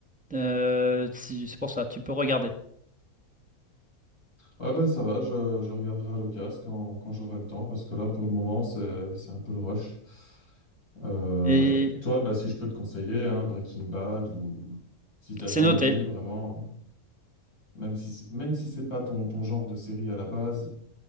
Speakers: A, in the centre; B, on the left.
A: euh, si- c'est pour ça, tu peux regarder.
B: Ouais bah ça va, je, je regarderai à l'occasion quand, quand j'aurai le temps, parce que là, pour le moment, c'est, c'est un peu le rush. Euh,
A: Et
B: toi, bah si je peux te conseiller, hein, Breaking Bad, ou si t'as
A: c'est
B: jamais
A: noté,
B: vu vraiment, même si même si c'est pas ton, ton genre de série à la base,